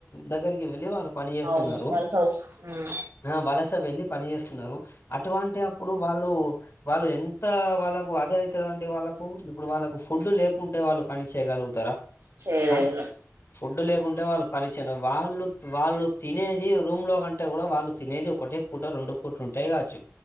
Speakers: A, on the left; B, on the right.
A: దగ్గరికి వెళ్ళి వాళ్ళు పని చేస్తున్నారు
B: అవును వాళ్ళ సౌ ఉమ్
A: హ వలస వెళ్ళి పని చేేస్తున్నారు అటువంటి అప్పుడు వాళ్ళు వాళ్ళు ఎంత వాళ్ళకు అదా అయితదఅండి వాళ్ళ ఇప్పుడు వాళ్ళకు ఫుడ్ లేకుంటే వాళ్ళు పని చేయగలుగుతారా
B: చెయలేరు
A: ఆ ఫుడ్ లేకుంటే వాళ్ళు పని చేను వాళ్ళు వాళ్ళు తినేది రూమ్ లో కంటే కూడా వాళ్ళు తినేది ఒకటొ ఒకటో రెండో పూట ఉంటాయి కావచ్చు